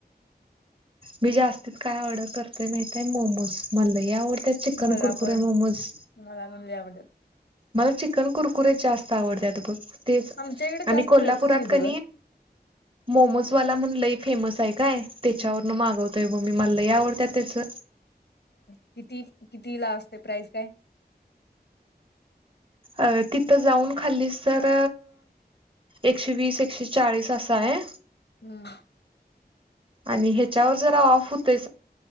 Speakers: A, on the right; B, on the left.
A: मी जास्तीत काय ऑर्डर करतोय माहतय मोमोज मला याव त्या चिकन
B: मला
A: कुर्कुर
B: पण
A: मोमोज
B: मला पण लय आवडतात
A: मला चिकन कुरकुर्यात जास्त आवडते आता बघ तेच
B: आमच्या इकडे जास्त
A: आणि कोल्हापुरात
B: मिळतच नाहीत
A: क
B: ग
A: मोमोजवाला म्हण लई फेमस आहे काय त्याच्यावरन
B: हम्म
A: मागवतोय ब मी मला आवडत त्याचं
B: किती-किती ला असते प्राईज काय
A: अ तिथं जाऊन खाली तर एकशे वीस-एकशे चाळीस असं आहे
B: हम्म,
A: आणि ह्याच्यावर जरा ऑफ होतय